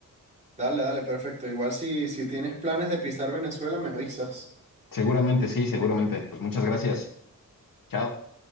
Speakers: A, on the right; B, on the left.
A: Dale, dale, perfecto. Igual si, si tienes planes de pisar Venezuela, me avisas.
B: Seguramente, sí, seguramente. Pues muchas gracias. Chao.